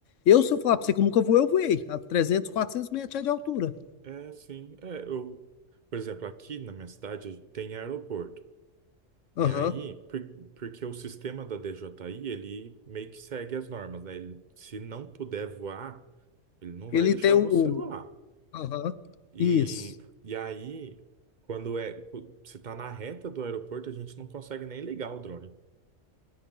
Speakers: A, on the left (about 75°); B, on the right (about 45°).
A: Eu, se eu falar pra você que eu nunca voei, eu voei. A 300, 400 metros já é de altura.
B: é, sim, é, eu, por exemplo, aqui na minha cidade tem aeroporto.
A: Aham.
B: E aí, por- porque o sistema da DJI, ele meio que segue as normas, né? Ele, se não puder voar, ele não vai
A: Ele
B: deixar
A: tem o...
B: você
A: o-
B: voar.
A: Aham.
B: E,
A: Isso.
B: e aí, quando é, se tá na reta do aeroporto, a gente não consegue nem ligar o drone.